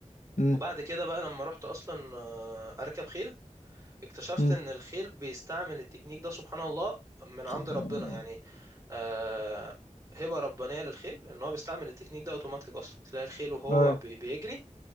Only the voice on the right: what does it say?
وبعد كده بقى لما رحت اصلا آه، اركب خيل اكتشفت
ان الخيل بيستعمل التكنيك ده سبحان الله من عند
ربنا
يعني آه هبة ربانية للخيل ان هو بيستعمل التكنيك ده اوتوماتيك اصلا تلاقي الخيل وهو
بي- بيجري